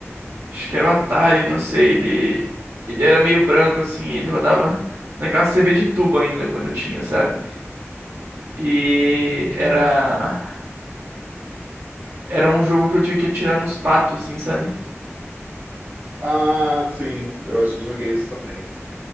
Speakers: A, on the right (about 70°); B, on the right (about 50°).
A: Acho que era o Atari, não sei. Ele, ele era meio branco, assim. Ele rodava naquela TV de tubo ainda, quando eu tinha, sabe? E
B: Uhum.
A: era. Era um jogo que eu tinha que atirar nos patos, assim, sabe?
B: Ah, sim. Eu acho que eu joguei isso também.